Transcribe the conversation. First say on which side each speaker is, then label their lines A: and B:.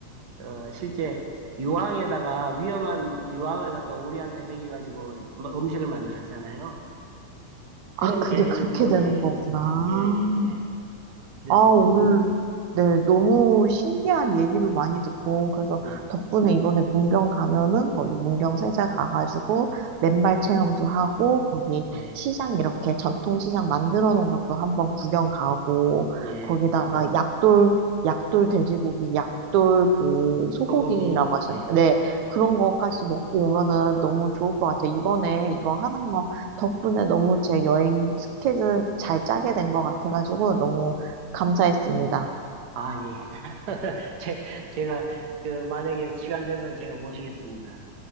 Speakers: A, on the right; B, on the right.
A: 어, 실제 유황에다가 위험한 유황을 갖다 오리한테 먹여가지고 음식을 만들었잖아요. 그런
B: 아, 그게
A: 개념으로,
B: 그렇게 되는
A: 예,
B: 거구나.
A: 예, 예, 예. 그래서,
B: 아, 오늘, 네, 너무 신기한 얘기도 많이 듣고, 그래서
A: 예,
B: 덕분에 이번에 문경 가면은 거기 문경 세자 가가지고 맨발 체험도 하고, 거기
A: 예,
B: 시장 이렇게 전통시장 만들어 놓은 것도 한번 구경 가고,
A: 예.
B: 거기다가 약돌, 약돌 돼지고기, 약돌 그 소고기라고
A: 소고기,
B: 하셨는데,
A: 예.
B: 네, 그런 거까지 먹고 오면은 너무 좋을 것 같아요. 이번에 이거 하는 거 덕분에 너무 제 여행 스케줄 잘 짜게 된 것 같아가지고, 너무 감사했습니다.
A: 아, 예. <laughs> 제, 제가, 그, 만약에 시간 되면 제가 모시겠습니다.